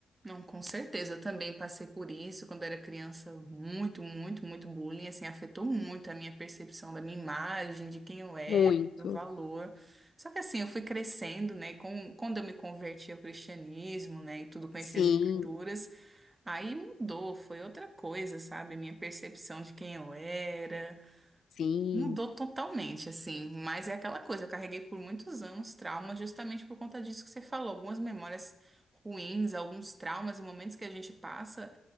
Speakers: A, on the right (about 35°); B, on the left (about 70°).
A: Não, com certeza. Eu também passei por isso quando era criança. Muito, muito, muito bullying. Assim, afetou muito a minha percepção da minha imagem, de quem eu era,
B: Muito.
A: do meu valor. Só que assim, eu fui crescendo, né? Com, quando eu me converti ao cristianismo, né? E tudo, conheci
B: Sim,
A: as escrituras. Aí mudou, foi outra coisa, sabe? Minha percepção de quem eu era.
B: sim.
A: Mudou totalmente, assim, mas é aquela coisa, eu carreguei por muitos anos traumas justamente por conta disso que você falou, algumas memórias ruins, alguns traumas e momentos que a gente passa,